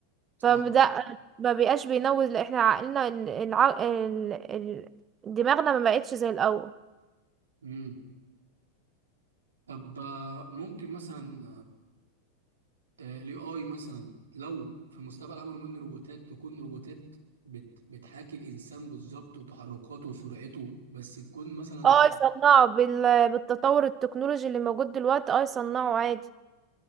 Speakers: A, on the right; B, on the right.
A: صح
B: فده ما بقاش بينوز لأ، احنا عقلنا ال- الع... ال... ال... دماغنا ما بقتش زي الاول
A: امم طب آه، ممكن مثلا الاي اي مثلا لو في المستقبل عملوا منه روبوتات تكون روبوتات بت بتحاكي الانسان بالظبط وتحركاته وسرعته بس تكون مثلا
B: اه يصنعوا بال... بالتطور التكنولوجي اللي موجود دلوقتي اه يصنعوا عادي